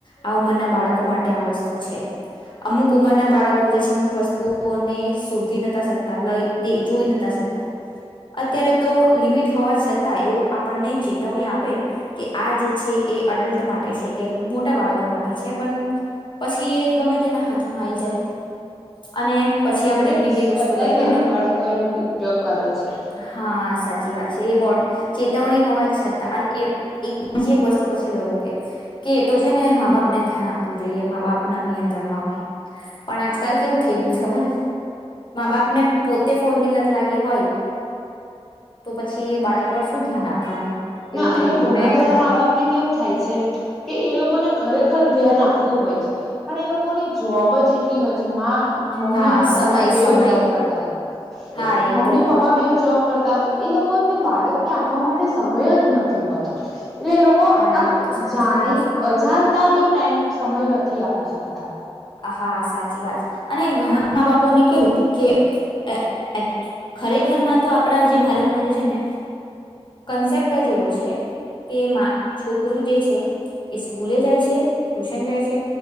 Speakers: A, on the left; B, in the centre.
A: આ ઉંમરના બાળકો માટે આ વસ્તુ છે. અમુક ઉંમરના બાળકો જે છે અમુક વસ્તુઓને શધ થી ન શકતા, લઈ જોઈ નથી સકતા, અત્યારે તો લિમિટ હોવા છતાં એવું આપણને ચેતવણી આપે, કે આ જે છે એ અડલ્ટ માટે છે કે મો મોટા બાળકો માટે છે પણ પછી એક ગમે તેના થમાં આવી જાય. અને પછી આપણે
B: તે
A: એક બીજી
B: છતાંય
A: એક વસ્તુ કહીએ
B: નાના
A: ને.
B: બાળકો એનો ઉપયોગ કરે છે
A: હા સાચી વાત છે એ ચેતવણી હોવા છતાં એ એક બીજી એક વસ્તુ પછી લોકો કે એ તો છે ને મા બાપ ને ધ્યાન આપવું જોઈએ મા બાપ ના નિયંત્રણમાં હોય પણ આજકાલ કેવું થઈ ગયું છે ખબર મા બાપને પોતે ફોનની લાગી હોય તો પછી એ બાળક પર શું ધ્યાન આપવાનું
B: ના
A: એવું
B: અને
A: થઈ ગયું
B: ઘણા
A: મેં
B: બધા મા બાપને કેવું થાય છે કે એ લોકોને ખરેખર ધ્યાન આપ વુ હોય છે પણ એ લોકોની જોબ જ એટલી હોય કે મા મમ્મી
A: હા
B: અને
A: સમય
B: પપ્પા બેવું
A: સમય
B: જોબ કરતા હોય
A: હા એ
B: મમ્મી
A: તો
B: ન પપ્પા બેવ જોબ કરતા હોય એ લોક કોને બાળકને આપવા માટે સમય જ નથી હોતો. એટલે એ લોકો
A: હા
B: આમ
A: એ તો સાચી
B: જાણી
A: વાત છે.
B: અજાણ તા બી ટાઈમ સમય નથી આપી શકતા.
A: હા, સાચી વાત અને ઘણા મા બાપોને કેવું કે એ એકચ્ ખરેખરમાં તો આપણા જે ભારતમાં જે છે ને કન્સેપ્ટ જ એવો છે કે મા છોકરી ગુરુ જે છે એ સ્કૂલે જાય છે, ટ્યુશન જાય છે